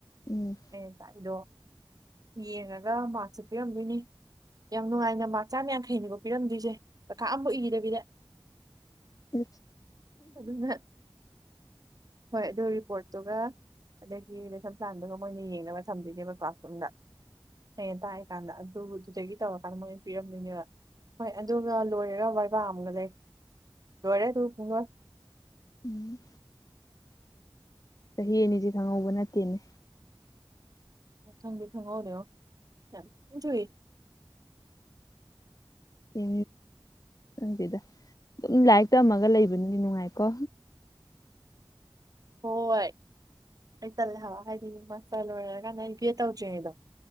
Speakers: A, on the left; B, on the right.
A: ꯎꯝ
B: ꯑꯦ ꯇꯗꯣ ꯌꯦꯡꯉꯒ ꯃꯥꯔꯛꯁꯨ ꯄꯤꯔꯝꯗꯣꯏꯅꯤ ꯌꯥꯝ ꯅꯨꯡꯉꯥꯏꯅ ꯃꯥꯥꯛ ꯆꯥ ꯌꯥꯡꯈꯩꯅꯤꯀꯣ ꯄꯤꯔꯝꯗꯣꯏꯁꯦ ꯀꯩꯈꯥ ꯑꯃ ꯏꯗꯕꯤꯗ
A: ꯎꯝ
B: ꯑꯗꯨꯅ ꯍꯣꯏ ꯑꯗꯨ ꯔꯤꯄꯣꯔꯠꯇꯨꯒ ꯑꯗꯒꯤ ꯂꯩꯐꯝ ꯄ꯭ꯂꯥꯟꯗꯨꯒ ꯃꯣꯏꯅ ꯌꯦꯡꯅꯕ ꯊꯝꯗꯣꯏꯅꯦꯕꯀꯣ ꯁꯨꯝꯗ ꯍꯌꯦꯡ ꯇꯥꯛꯑꯀꯥꯟꯗ ꯑꯗꯨꯗꯨꯗꯒꯤ ꯇꯧꯔꯀꯥꯟꯗ ꯃꯣꯏꯅ ꯄꯤꯔꯝꯗꯣꯏꯅꯦꯕ ꯍꯣꯏ ꯑꯗꯨꯒ ꯂꯣꯏꯔꯔ ꯋꯥꯏꯕꯥ ꯑꯃꯒ ꯂꯩ ꯂꯣꯏꯔꯦ ꯑꯗꯨ ꯄꯨꯡ ꯂꯣꯏ
A: ꯎꯝ ꯆꯍꯤ ꯑꯅꯤꯁꯤ ꯈꯪꯍꯧꯕ ꯅꯠꯇꯦꯅꯦ
B: ꯊꯪꯕꯤ ꯊꯪꯉ ꯑꯣꯏꯗꯣꯨꯏ
A: ꯌꯦ ꯕꯤꯗ ꯑꯗꯨꯝ ꯂꯥꯏꯔꯤꯛ ꯇꯝꯃꯒ ꯂꯩꯕꯅꯗꯤ ꯅꯨꯡꯉꯥꯏꯀꯣ
B: ꯍꯣꯏ ꯑꯩ ꯆꯦ ꯍꯥꯏꯗꯤ ꯃꯥꯁꯇꯔ ꯂꯣꯏꯔꯀꯥꯟꯗ ꯑꯩ ꯕꯤ ꯑꯦ ꯇꯧꯗ꯭ꯔꯤꯉꯩꯗꯣ